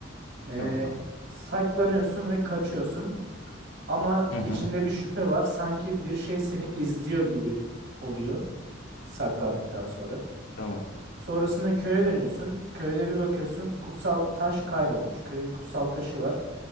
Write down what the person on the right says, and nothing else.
Ee,
saklanıyorsun ve kaçıyorsun. Ama
içinde bir şüphe var. Sanki bir şey seni izliyor gibi oluyor saklandıktan sonra.
Sonrasında köye dönüyorsun. Köyde bir bakıyorsun kutsal taş kaybolmuş. Köyün kutsal taşı var.